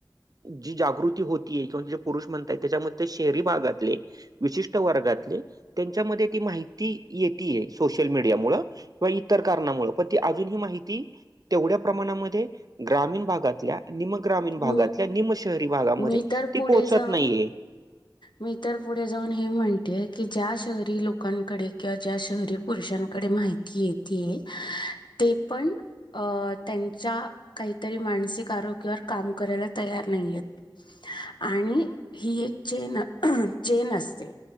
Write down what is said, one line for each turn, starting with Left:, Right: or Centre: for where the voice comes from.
Right: जी जागृती होतीये किंवा जे पुरुष म्हणताय त्याच्यामध्ये शहरी भागातले विशिष्ट वर्गातले त्यांच्यामध्ये ती माहिती येतीये सोशल मीडिया मुळ व इतर कारणामुळ पण ती अजूनही माहिती तेवढ्या प्रमाणामध्ये ग्रामीण भागातल्या निम ग्रामीण भागातल्या
Left: हं,
Right: निम शहरी भागामध्ये
Left: मी तर
Right: ते
Left: पुढे
Right: पोहोचत
Left: जाऊन
Right: नाहीये.
Left: मी तर पुढे जाऊन हे म्हणते की ज्या शहरी लोकांकडे किंवा ज्या शहरी पुरुषांकडे माहिती येतीये ते पण अ त्यांच्या काहीतरी मानसिक आरोग्यावर काम करायला तयार नाहीयेत. आणि हि एक चेनं चेनं असते.